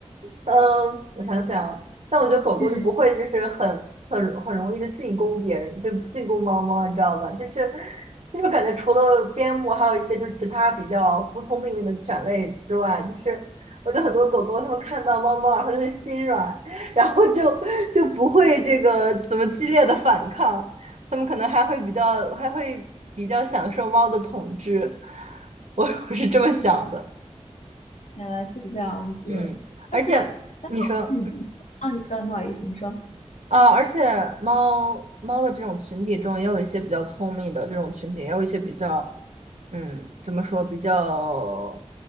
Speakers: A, on the right; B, on the left.
A: 嗯，我想想，但我觉得狗狗就不会，
B: 嗯，
A: 就是很很很容易的进攻别人，就进攻猫猫，你知道吧？就是就是感觉除了边牧，还有一些就是其他比较服从命令的犬类之外，就是我觉得很多狗狗它们看到猫猫，然后就会心软，然后就就不会这个怎么激烈的反抗，它们可能还会比较还会比较享受猫的统治，<laughs> 我我是这么想的。
B: 原来是这样子。
A: 嗯，
B: 但是，
A: 而且你说，
B: 嗯，啊，你说，不好意思，你说，
A: 啊，而且猫猫的这种群体中，也有一些比较聪明的这种群体，也有一些比较，嗯，怎么说，比较，